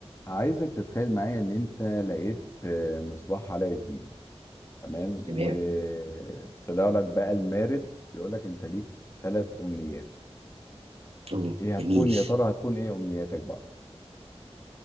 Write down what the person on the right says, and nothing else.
تمام
أوه،
جميل